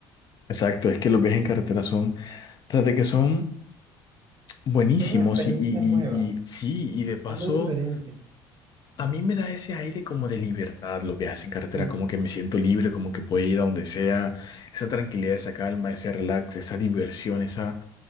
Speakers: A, on the left; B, on the right.
A: Exacto, es que los viajes en carretera son, tras de que son buenísimos
B: Fue una experiencia
A: y, y,
B: nueva,
A: y, y sí, y de paso
B: algo diferente.
A: A mí me da ese aire como de libertad los viajes en carretera,
B: Sí,
A: como que me siento libre, como que puedo ir a donde sea, esa tranquilidad, esa calma, ese relax, esa diversión, esa,